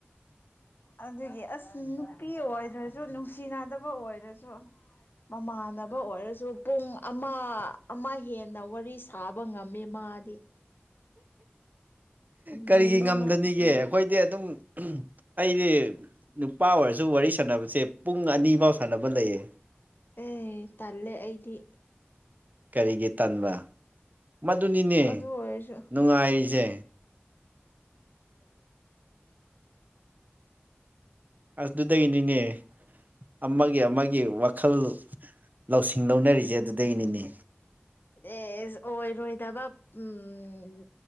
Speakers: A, on the left (about 55°); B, on the right (about 45°).
A: ꯑꯗꯨꯒꯤ ꯑꯁ ꯅꯨꯄꯤ ꯑꯣꯏꯗ꯭ꯔꯁꯨ ꯅꯨꯡꯁꯤꯅꯗꯕ ꯑꯣꯏꯔꯁꯨ ꯃꯃꯥꯟꯅꯕ ꯑꯣꯏꯔꯁꯨ ꯄꯨꯡ ꯑꯃ ꯑꯃ ꯍꯦꯟꯅ ꯋꯥꯔꯤ ꯁꯥꯕ ꯉꯝꯃꯦꯃ ꯃꯥꯥꯗꯤ
B: ꯀꯔꯤꯒꯤ
A: ꯅꯩꯌꯦ
B: ꯉꯝꯗꯅꯤꯒꯦ
A: ꯃꯥ
B: ꯑꯩꯈꯣꯏꯗꯤ ꯑꯗꯨꯝ ꯑꯩꯗꯤ ꯅꯨꯄꯥ ꯑꯣꯏꯔꯁꯨ ꯋꯥꯔꯤ ꯁꯥꯟꯅꯕꯁꯦ ꯄꯨꯡ ꯑꯅꯤ ꯐꯥꯎ ꯁꯥꯟꯅꯕ ꯂꯩꯌꯦ
A: ꯑꯦ ꯇꯂꯦ ꯑꯩꯗꯤ
B: ꯀꯔꯤꯒꯤ ꯇꯟꯥꯟꯕ ꯃꯗꯨꯅꯤꯅꯦ
A: ꯑꯗꯨ ꯑꯣꯏꯔꯁꯨ
B: ꯅꯨꯡꯉꯥꯏꯔꯤꯁꯦ ꯑꯁ ꯑꯗꯨꯗꯒꯤꯅꯤꯅꯦ ꯑꯃꯒꯤ ꯑꯃꯒꯤ ꯋꯥꯈꯜ ꯂꯧꯁꯤꯡ ꯂꯧꯅꯔꯤꯁꯦ ꯑꯗꯨꯩꯅꯤꯅꯦ
A: ꯑꯦ ꯑꯣꯏꯔꯣꯏꯗꯕ ꯎꯝ